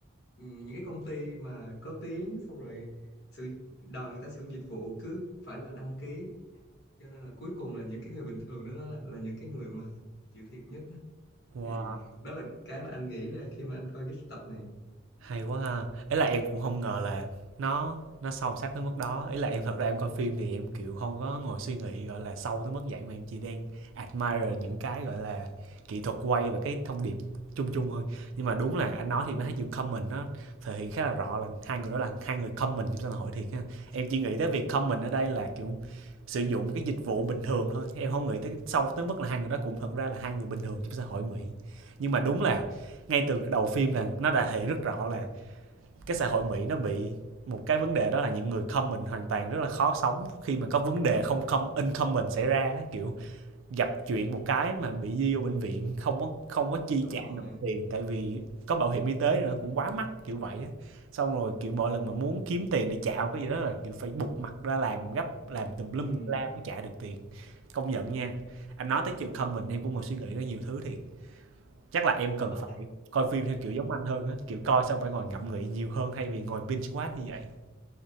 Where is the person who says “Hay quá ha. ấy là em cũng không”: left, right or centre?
Right